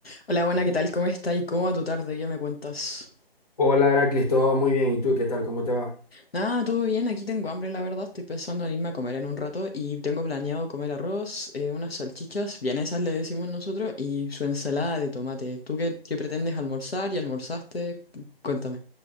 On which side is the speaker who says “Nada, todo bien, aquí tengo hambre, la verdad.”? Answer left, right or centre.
Left